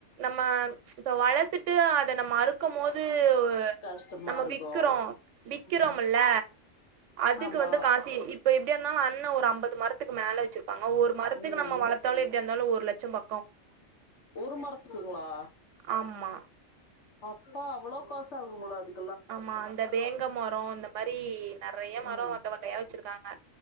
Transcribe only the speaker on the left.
கஷ்டமா
இருக்கு
ம்
ஆமா
ம்
ஒரு மரத்துக்குங்களா
அப்பா அவ்ளோ காச ஆகுங்களோ அதுக்
ம்